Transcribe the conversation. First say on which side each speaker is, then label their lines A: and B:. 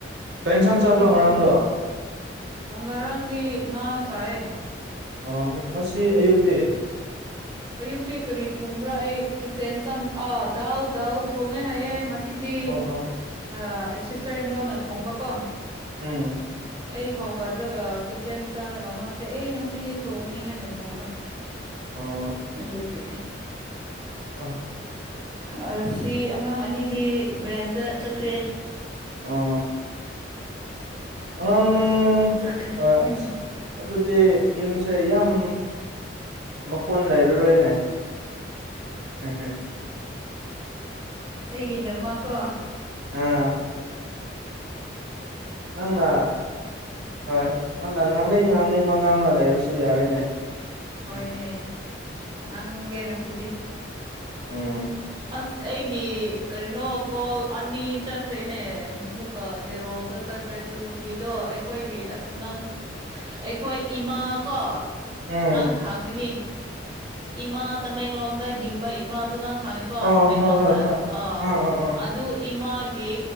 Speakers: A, on the right; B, on the right.
A: ꯀꯩ ꯏꯟꯁꯥꯡ ꯆꯥꯕ꯭ꯔꯣ
B: ꯑꯩꯈꯣꯏ
A: ꯉꯔꯥꯡꯗꯣ
B: ꯉꯔꯥꯡꯗꯤ ꯉꯥ ꯆꯥꯌꯦ
A: ꯑꯣꯡ ꯉꯁꯤ ꯑꯌꯨꯛꯇꯤ
B: ꯑꯌꯨꯛꯇꯤ ꯀꯔꯤ ꯊꯣꯡꯕ꯭ꯔꯥ ꯑꯩ ꯀꯤꯠꯆꯦꯟ ꯆꯥꯡ ꯑꯥ ꯗꯥꯜ ꯗꯥꯜ ꯊꯣꯡꯉꯦ ꯍꯌꯦ ꯁꯤꯗꯤ
A: ꯑꯣ ꯑꯣ
B: ꯑꯥ ꯁꯤꯁꯇꯔ ꯏꯟ ꯂꯣꯅ ꯊꯣꯡꯕꯀꯣ
A: ꯎꯝ
B: ꯑꯩ ꯍꯧꯒꯠꯂꯒ ꯀꯤꯠꯆꯦꯟ ꯆꯪꯔꯒ ꯃꯁꯦ ꯑꯩ ꯉꯁꯤꯗꯤ ꯊꯣꯡꯉꯅꯤ ꯍꯥꯏꯅ ꯊꯣꯡꯕ꯭ꯔꯥ
A: ꯑꯣ
B: ꯑꯗꯨꯒꯤ
A: <unintelligible>
B: ꯑꯁꯤ ꯑꯉꯥꯡ ꯑꯅꯤꯗꯤ ꯕꯦꯟꯗ ꯆꯠꯈ꯭ꯔꯦ
A: ꯑꯣ ꯑꯉꯥꯡ
B: ꯃꯃꯁꯨ ꯆꯈ
A: ꯍꯣꯏ
B: ꯎꯝ
A: ꯑꯁ ꯑꯗꯨꯗꯤ ꯌꯨꯝꯁꯦ ꯌꯥꯝ ꯃꯈꯣꯟ ꯂꯩꯔꯔꯣꯏꯅꯦ ꯎꯝ
B: ꯑꯩꯒꯤꯗꯃꯛ ꯀ
A: ꯑꯥ ꯅꯪꯅ ꯍꯣꯏ ꯅꯪꯅ ꯉꯥꯡꯅ ꯉꯥꯡꯅꯤꯡꯕ ꯉꯥꯡꯕ ꯂꯩꯔꯁꯨ ꯌꯥꯔꯦꯅꯦ
B: ꯍꯣꯏꯅꯦ
A: ꯎꯝ
B: ꯉꯪꯒꯦ ꯉꯁꯤꯗꯤ
A: ꯎꯝ
B: ꯑ ꯑꯩꯒꯤ ꯀꯔꯤꯅꯣ ꯀꯣꯜ ꯑꯅꯤ ꯆꯠꯈ꯭ꯔꯦꯅꯦ ꯑꯃꯨꯛꯀ ꯖꯦꯔꯣꯗ ꯆꯠꯈ꯭ꯔꯦ ꯑꯗꯨ ꯅꯨꯄꯤꯗꯣ ꯑꯩꯈꯣꯏꯒꯤ ꯑꯁ ꯅꯪ ꯑꯩꯈꯣꯏ ꯏꯃꯥ ꯀꯣ
A: ꯎꯝ
B: ꯅꯪ ꯍꯪꯉꯅꯤ ꯏꯃꯥ ꯇꯃꯦꯡꯂꯣꯡꯗ ꯍꯤꯡꯕ ꯏꯃꯥꯗꯨꯅ ꯈꯪꯉꯤꯀꯣ
A: ꯑꯣ
B: ꯇꯃꯦꯡꯂꯣꯡꯗ
A: ꯍꯣꯏ ꯍꯣꯏ ꯈꯪ
B: ꯑꯥ
A: ꯑꯥ
B: ꯑꯗꯨ ꯏꯃꯥꯒꯤ